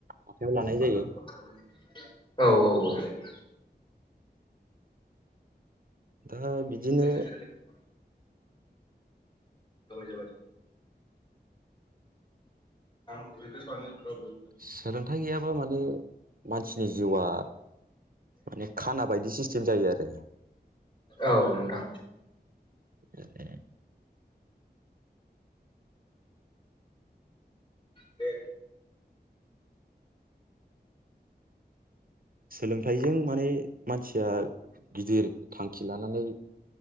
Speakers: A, on the right; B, on the left.
A: आखायाव लानाय
B: औ
A: जायो
B: औ औ
A: दा बिदिनो
B: <unintelligible> जाबाय जाबाय आं
A: सोलोंथाइ गैयाब्ला माने मानसिनि जिउआ माने खाना बायदि सिस्टेम जायो आरो
B: औ नोंथां
A: <inaudible>
B: दे
A: सोलोंथाइजों माने मानसिया गिदिर थांखि लानानै